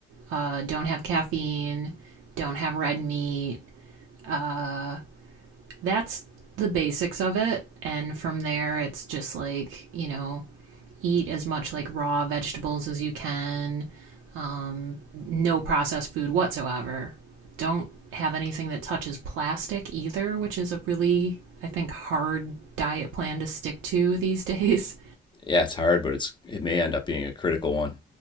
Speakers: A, on the right; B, on the left.
A: uh, don't have caffeine, don't have red meat. Uh, that's the basics of it. And from there, it's just like, you know, eat as much like raw vegetables as you can. Um, no processed food whatsoever. Don't have anything that touches plastic either, which is a really, I think, hard diet plan to stick to <laughs> these days.
B: Yeah, it's hard, but it's it may end up being a critical one.